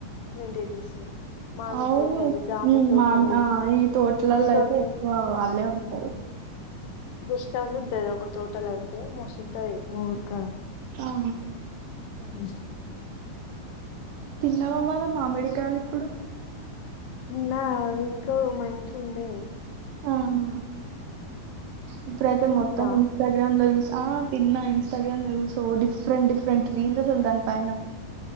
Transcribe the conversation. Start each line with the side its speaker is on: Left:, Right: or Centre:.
Left: మెయింటైన్ చేస్తారు మామిడి
Right: అవును
Left: తోటలు జామ తోటలు
Right: మామి ఈ తోటలల్లో
Left: అన్ని తోటలు
Right: అయితే ఎక్కువ వాళ్ళే ఉంటారు
Left: దష్టాస్ ఉంటది ఒక తోటల అయితే మస్తుంటది ఊర్కా
Right: ఆ
Left: ఉమ్
Right: తిన్నావమ్మాద మామిడికాయలు ఇప్పుడు
Left: నా ఇంకా మంచు ఉండేది
Right: ఆహా ఇప్పుడయితే
Left: నువ్వు
Right: మొత్తం
Left: తిన్నావా
Right: ఇన్స్టాగ్రామ్ లో చుస్ ఆ తిన్నా ఇన్స్టాగ్రామ్ న సో డిఫరెంట్ డిఫరెంట్ వీంద వుంది దాని పయన